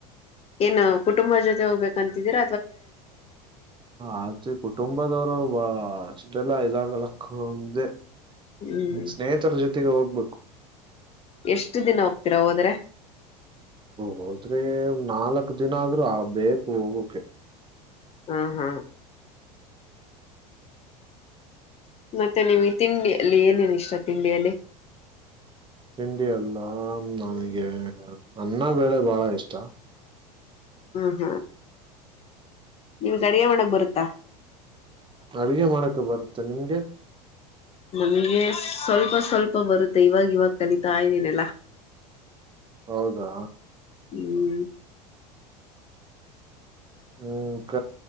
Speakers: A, on the left; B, on the right.
A: ಏನ್ ಕು. ಟುಂಬ ಜೊತೆ ಹೋಗಬೇಕಂತಿದೀರ.
B: ಆಚೆ ಕುಟುಂಬದವರು ಬಾ. ಇದಲ್ಲ ಇದಾಗ ಲಕ್ಕ ಒಂದೆ.
A: ಹ್ಮ್
B: ಸ್ನೇಹಿತರ ಜೊತೆಗೆ ಹೋಗ. ಬಕ್.
A: ಎಷ್ಟು ದಿನ ಹೋಗ್ತೀರಾ ಹೋದ್ರೆ.
B: ಹೋದ್ರೆ ನಾಲ್ಕ್ ದಿನ ಆದ್ರೂ ಆ ಬೇಕು ಹೋಗಕೆ.
A: ಹಾ ಹಾ. ಮತ್ತೆ ನಿಮಗೆ ತಿಂಡಿಯಲ್ಲಿ ಏನೇನು ಇಷ್ಟ ತಿಂಡಿಯಲ್ಲಿ.
B: ತಿಂಡಿಯಲ್ಲಾ ನನಗೆ. ಅನ್ನ ಬೇಳೆ ಬಾಳ ಇಷ್ಟ.
A: ಹ್ಮ್ ಹ್ಮ್. ನಿಮ್ಗ್ ಅಡಗೆ ಮಾಡಕ್ ಬರುತ್ತಾ.
B: ಅಡುಗೆ ಮಾಡಕೆ ಬರುತ್ತೆ ನಿಮ್ಗೆ.
A: ನಮ್ಗೆ ಸ್ವಲ್ಪ ಸ್ವಲ್ಪ ಬರುತ್ತೆ ಇವಾಗ ಇವಾಗ ಕಲಿತಾ ಇದಿನೆಲ್ಲಾ.
B: ಹೌದಾ.
A: ಹ್ಮ್.
B: ಹ್ಮ್ ಕ